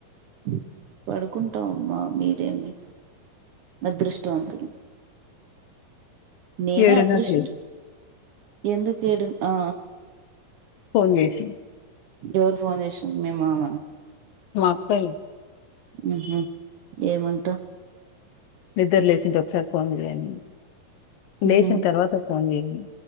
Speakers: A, on the right; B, on the left.
A: ఉ పడుకుంటవమ్మా మీరేమి అదృష్టవంతులు నేనా
B: ఏడున్నరకు
A: అదృష్ట్
B: లే
A: ఎందుకేడు ఆ
B: ఫోన్ జేసి
A: ఎవరు ఫోన్ చేసి మీ మామన
B: మా అత్తయ్య
A: ఉహ్ ఏమంటా
B: నిద్దర్ లేసిం ఒకసారి ఫోన్ చేయ్ అనిం
A: ఉ
B: లేచిన తర్వాత ఒక ఫోన్ చేయాని